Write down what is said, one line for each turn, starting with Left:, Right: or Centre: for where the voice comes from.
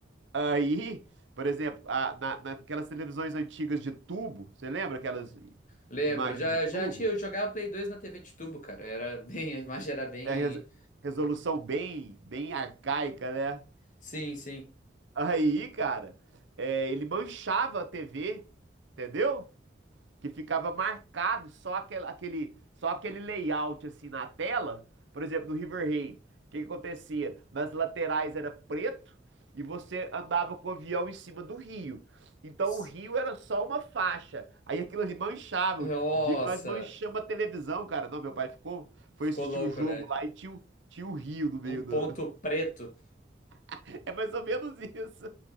Right: Aí, por exemplo, a- na, naquelas televisões antigas de tubo, você lembra aquelas i-
Left: Lembro,
Right: imagens
Left: já,
Right: de tubo?
Left: já tinha, eu jogava Play 2 na TV de tubo, cara. Era <laughs> bem, a imagem era bem.
Right: É res- resolução bem, bem arcaica, né?
Left: Sim, sim.
Right: Aí, cara, é, ele manchava a TV, entendeu? Que ficava marcado só aquele, aquele- só aquele layout assim na tela. Por exemplo, no Riverhead, o que que acontecia? Nas laterais era preto e você andava com o avião em cima do rio. Então
Left: S-
Right: o rio era só uma faixa. Aí aquilo ali manchava.
Left: Nossa,
Right: O dia que nós manchamos a televisão, cara, não, meu pai ficou, foi
Left: ficou
Right: assistir
Left: louco,
Right: o jogo
Left: né?
Right: lá e tinha, o- tinha o rio no meio
Left: Um ponto
Right: do.
Left: preto.
Right: <laughs> É mais ou menos isso.